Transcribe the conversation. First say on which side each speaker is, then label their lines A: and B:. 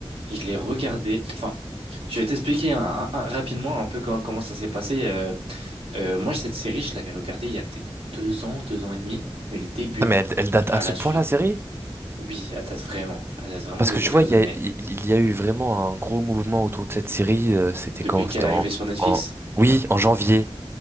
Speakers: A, on the right; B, on the right.
A: Je l'ai regardée. Enfin, je vais t'expliquer un- un- un- rapidement un peu co- comment ça s'est passé. Euh, euh, moi, cette série, je l'avais regardée il y a peut-être deux ans, deux ans et demi, mais le début,
B: Ah, mais elle, elle date
A: à
B: à ce
A: la
B: point
A: suite,
B: la série?
A: oui, elle date vraiment. Elle date vraiment
B: Parce
A: de
B: que
A: quelques
B: tu vois, il y
A: années.
B: a, il il y a eu vraiment un gros mouvement autour de cette série. euh, C'était
A: Depuis
B: quand?
A: qu'elle
B: C'était
A: est arrivée
B: en,
A: sur Netflix,
B: en... Oui, en janvier.